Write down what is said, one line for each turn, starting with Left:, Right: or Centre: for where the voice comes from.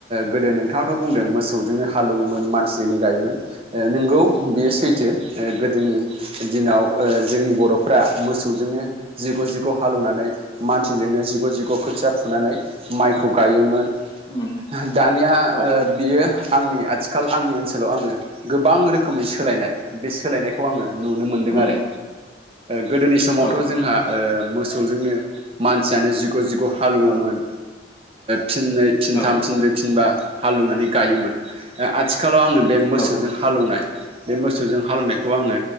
Right: गोदो नोंथाङाथ' बुंदों मोसौजोंनो हालौवोमोन मानसिजोंनो गायोमोन नोंगौ बेयो सैथो गोदोनि दिनाव जोंनि बर'फोरा मोसौ जों नो जिग' जिग' हालेवनानै मानसिजोंनो जिग जिग खोथिया फु फुनानै माइखौ गायोमोन
Left: नोंथां
Right: दानिया
Left: औ
Right: बियो आंनि आथिखाल आंनि ओनसोलाव आङो गोबां रोखोमै सोलायनाय बे सोलायनायखौ आङो नुनो मोनदों
Left: उम
Right: आरो गोदोनि समावथ'
Left: औ
Right: जोंहा मोसौजोंनो मानसियानो जिग' जिग' हालौवोमोन
Left: औ
Right: फिननै फिनथाम
Left: औ
Right: फिनब्रै फिनबा हालेवनानै गायोमोन आथिखालाव आङो बे मोसौजों
Left: औ
Right: हालैवनाय बे मोसौजों हालेवनायखौ आङो